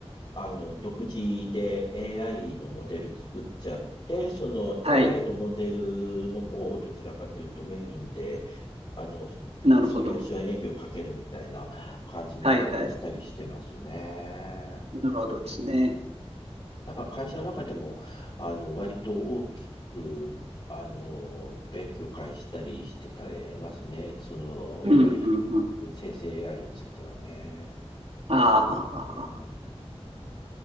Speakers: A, on the left; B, on the right.
A: あの、独自で AI のモデル作っちゃって、その AI
B: はい。
A: のモデルの方をどちらかというとメインで、あの、
B: なるほど。
A: ソリューション営業をかけるみたいな感じのことをしたりしてますね。
B: はいはい。なるほどですね。
A: うん、だから会社の中でも、あの、割と大きく、あの、勉強会したりしてたりますね。その、やっぱり、
B: うんうんうん。
A: うん生成 AI についてはね。
B: ああ、はははは。
A: えー